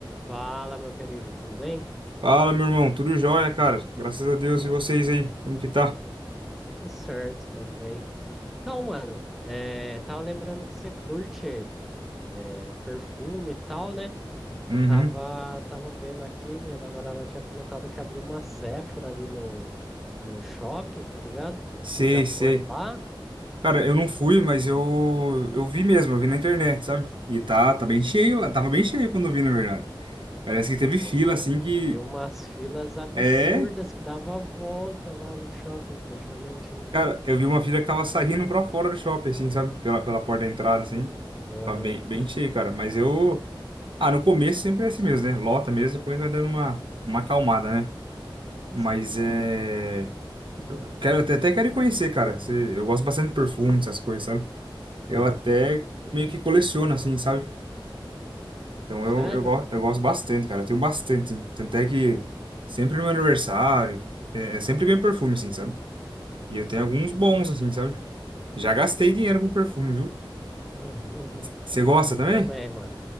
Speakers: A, in the centre; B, on the right.
A: Fala, meu querido, tudo bem?
B: Fala, meu irmão, tudo jóia, cara? Graças a Deus e vocês aí, como que tá?
A: Tudo certo também. Então, mano, eh, tava lembrando que você curte eh, perfume e tal, né?
B: Uhum.
A: Tava, tava vendo aqui, minha namorada tinha comentado que abriu uma Sephora ali no, no shopping, tá ligado?
B: Sei,
A: Você já foi
B: sei.
A: lá?
B: Cara, eu não fui, mas eu, eu vi mesmo, eu vi na internet, sabe? E tá, tá bem cheio lá, tava bem cheio quando eu vi, na verdade. Parece que teve
A: Nossa,
B: fila, assim,
A: é, eu
B: que...
A: vi umas filas absurdas
B: É,
A: que dava a volta lá no shopping praticamente, né?
B: cara, eu vi uma fila que tava saindo pra fora do shopping, assim, sabe? Pela, pela porta da entrada, assim.
A: Aham,
B: Tava bem, bem cheio, cara. Mas eu... Ah, no começo sempre é assim mesmo, né? Lota mesmo, depois vai dando uma, uma acalmada, né? Mas
A: sim,
B: é... Então, quero, até, até quero ir conhecer, cara. Você- eu gosto bastante de perfume, essas coisas, sabe? Eu
A: aham.
B: até meio que coleciono, assim, sabe? Então
A: Sério?
B: eu, eu, go- eu gosto bastante, cara. Eu tenho bastante. hein? Tanto é que sempre no meu aniversário, é, eu sempre ganho perfume, assim, sabe? E eu tenho alguns
A: Boa.
B: bons, assim, sabe? Já gastei dinheiro com perfume, viu?
A: <laughs>
B: Você gosta
A: Eu
B: também?
A: também, mano.